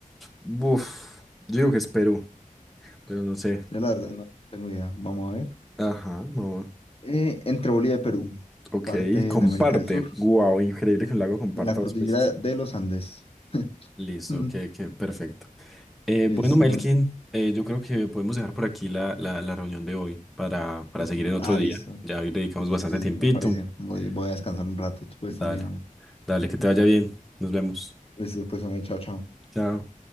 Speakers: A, in the centre; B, on the left (about 45°).
A: Buf, yo digo que es Perú, pero no sé.
B: Yo la verdad no tengo idea. Vamos a ver.
A: Ajá, no.
B: Eh, entre Bolivia y Perú,
A: Ok,
B: parte
A: comparte.
B: de América del Sur,
A: Wow, increíble que un lago comparta
B: en la cordillera
A: dos países.
B: de los Andes. <laughs>
A: Listo,
B: Mm,
A: que perfecto. Eh,
B: Listo,
A: bueno, Melkin, eh, yo creo que podemos dejar por aquí la, la, la reunión de hoy para, para
B: listo.
A: seguir en otro
B: Ah,
A: día.
B: listo.
A: Ya hoy le dedicamos
B: Listo,
A: bastante
B: sí,
A: tiempito.
B: sí, me parece. Voy, voy a descansar
A: Sí.
B: un rato, pues
A: Dale,
B: también. hombre.
A: dale, que te vaya bien. Nos vemos.
B: Listo, pues, hombre, chao, chao.
A: Chao.